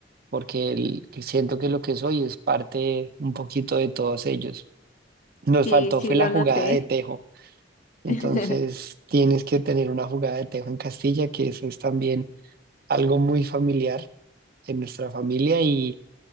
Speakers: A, on the right (about 55°); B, on the left (about 40°).
A: porque el- que siento que lo que soy es parte un poquito de todos ellos. Nos
B: Sí,
A: faltó
B: sí
A: fue
B: lo
A: la jugada
B: noté.
A: de tejo, entonces
B: <laughs>
A: tienes que tener una jugada de tejo en Castilla, que eso es también algo muy familiar en nuestra familia y,